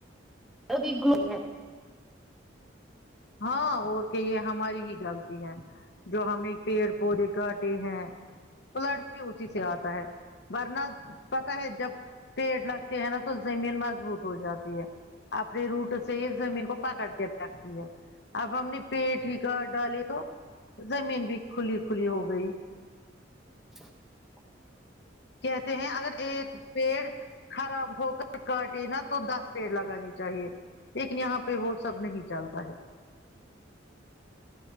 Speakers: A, in the centre; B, on the left.
A: ابھی گئی ہیں
B: ہاں اور کیا یہ ہماری ہی غلطی ہے جو ہم نے پیڑ پودے کا ٹے ہیں فلڈ بھی اسی سے آتا ہے ورنہ پتا ہے جب پیڑ لگتے ہیں نا تو زمین مضبوط ہو جاتی ہے اپنے روٹ سے یہ زمین کو پکڑ کے رکھتی ہے اب ہم نے پیڑ ہی کاٹ ڈالے تو زمین بھی کھلی کھلی ہو گئی
A: <inaudible>
B: کہتے ہیں اگر ایک پیڑ خراب ہو کر کاٹے نا تو دس پیڑ لگانی چاہیے لیکن یہاں پہ وہ سب نہیں چلتا ہے